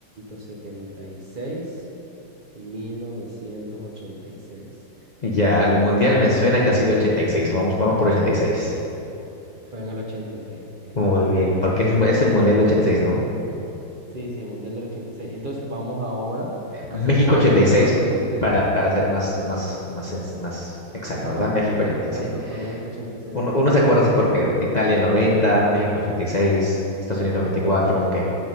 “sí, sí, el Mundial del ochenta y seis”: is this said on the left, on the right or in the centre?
Right